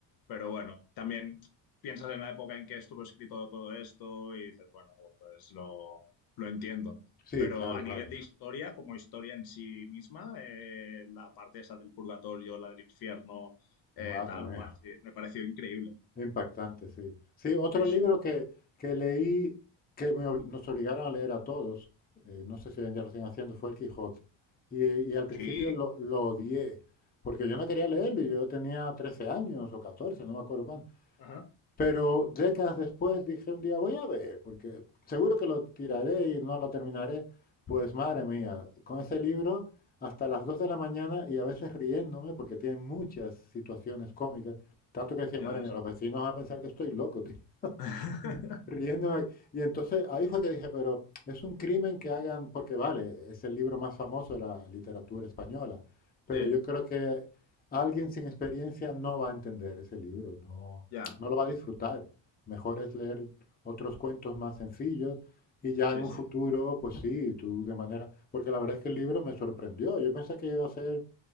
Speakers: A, on the left; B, on the left.
A: pero bueno, también piensas en la época en que estuvo escrito todo esto y dices, bueno, pues lo, lo entiendo.
B: sí,
A: Pero
B: claro,
A: a
B: claro.
A: nivel de historia, como historia en sí misma, eh, la parte esa del purgatorio, la del infierno, eh,
B: Madre
A: tal,
B: mía.
A: guay, sí, me pareció increíble.
B: Impactante, sí. Sí, otro
A: Sí, sí.
B: libro que, que leí, que me ob- nos obligaron a leer a todos, eh, no sé si hoy en día lo siguen haciendo, fue El Quijote. Y, eh, y al principio
A: Sí.
B: lo, lo odié, porque yo no quería leerlo y yo tenía 13 años o 14, no me acuerdo cuándo.
A: Ajá.
B: Pero décadas después dije un día, voy a ver, porque seguro que lo tiraré y no lo terminaré. Pues madre mía, con ese libro hasta las 2 de la mañana y a veces riéndome porque tiene muchas situaciones cómicas. Tanto que decía,
A: Ya
B: madre
A: ves.
B: mía, los vecinos van a pensar que estoy loco, tío.
A: <laughs>
B: <laughs> Riéndome. Y entonces ahí fue que dije, pero es un crimen que hagan, porque vale, es el libro más famoso de la literatura española, pero
A: Sí,
B: yo creo que alguien sin experiencia no va a entender ese libro, no,
A: ya.
B: no lo va a disfrutar. Mejor es leer otros cuentos más sencillos y ya en
A: Sí,
B: un
A: sí.
B: futuro, pues sí, tú de manera, porque la verdad es que el libro me sorprendió. Yo pensé que iba a ser